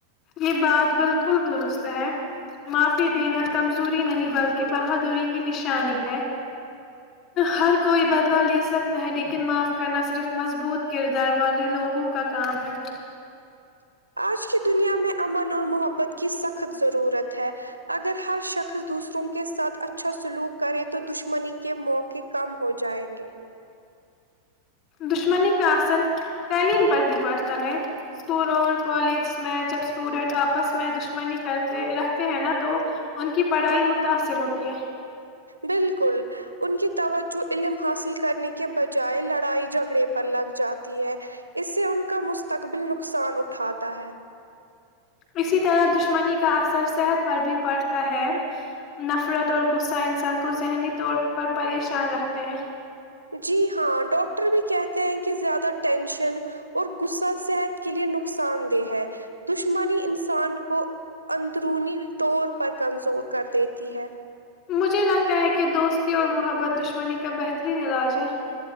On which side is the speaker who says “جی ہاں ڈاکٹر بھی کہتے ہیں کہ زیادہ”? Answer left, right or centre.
Right